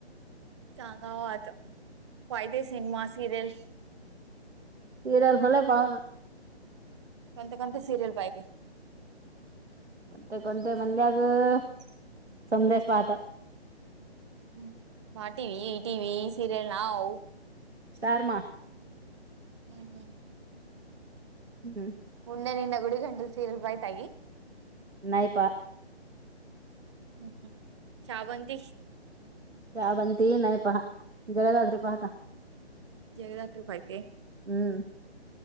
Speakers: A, on the right; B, on the right.
A: सांगा व आत, फायदे सिनेमा, सिरियलस.
B: सिरीयल झाले पाहुन.
A: कोणते, कोणते सिरीयल पाहिते?
B: कोणते कोणते म्हणल्या ग, समद्याच पाहता.
A: हं, वा T V, T V serial नाऊ.
B: स्टारमा.
A: हम्म ह
B: हम्म
A: मुंडनि ईना गुडी घन्टल सिरीयल पाहीताइ?
B: नाही पहा.
A: हं हं, छावनतीछ
B: छावनती नाही पहा, जगदात्री पाहता.
A: जगदात्री पाहिते?
B: हम्म